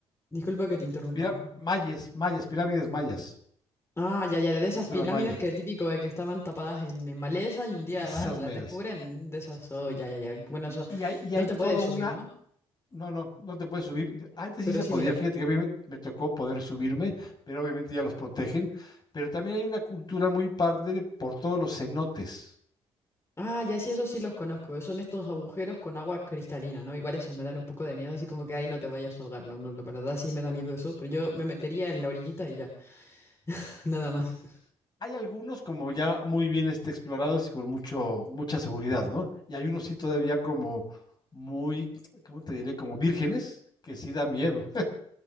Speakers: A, on the left (about 20°); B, on the left (about 40°).
A: Disculpa que te interrumpa.
B: Eh, pira- mayas, mayas, pirámides mayas,
A: Ah, ya, ya,
B: de
A: de
B: la cultura
A: esas pirámides
B: maya,
A: que típico de que estaban tapadas en, en maleza y un día
B: esas
A: van y
B: meras.
A: las descubren, de esas, oh, ya, ya, ya. Bueno,
B: Y,
A: eso
B: y hay, y
A: no
B: hay
A: te
B: toda
A: puedes
B: una
A: subir, ¿no?
B: No, no, no te puedes subir. Antes
A: Pero
B: sí se
A: sí
B: podía,
A: mirar.
B: fíjate que a mí me, me tocó poder subirme, pero obviamente ya los protegen. Pero también hay una cultura muy parte de- por todos los cenotes.
A: Ah,
B: Entonces,
A: ya sí, eso sí los conozco. Son estos agujeros con agua cristalina, ¿no? Igual esos me dan un poco de miedo, así como que ahí no te vayas a ahogar, ¿no? La verdad sí me da miedo eso, pero yo me metería en la orillita y ya, <laughs> nada más.
B: hay algunos como ya muy bien este, explorados y con mucho, mucha seguridad, ¿no? Y hay unos sí todavía como muy, ¿cómo te diré? Como vírgenes, que sí da miedo.